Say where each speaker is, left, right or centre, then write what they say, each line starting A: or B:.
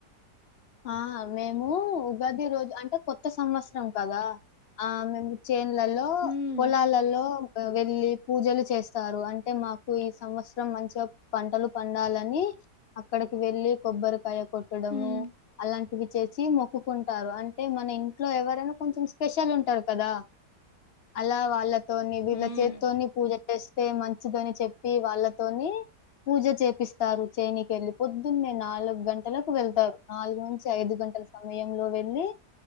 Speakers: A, on the left; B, on the left.
A: ఆ మేము ఉగాది రోజు అంటే కొత్త సంవత్సరం కదా ఆ మేము చేన్లలో
B: హ్మ్
A: పొలాలలో వెళ్ళి పూజలు చేస్తారు అంటే మాకు ఈ సంవత్సరం మంచిగ పంటలు పండాలని అక్కడికి వెళ్ళలి కొబ్బరికాయ కొట్టడము
B: హ్మ్
A: అలాంటివి చేసి మొక్కుకుంటారు అంటే మన ఇంట్లో ఎవరైనా కొంచెం స్పెషల్ ఉంటారు కదా అలా వాళ్ళతోని వీళ్ళ
B: హ్మ్
A: చేతితోని పూజ చేస్ మంచి వచ్చితోని చెప్పి వాళ్ళతోని పూజ చేపిస్తారు చేనికి వెళ్ళి పొద్దున్నే నాలుగు గంటలకు వెళ్తారు నాలుగు నుంచి ఐదు గంటల సమయంలో వెళ్ళి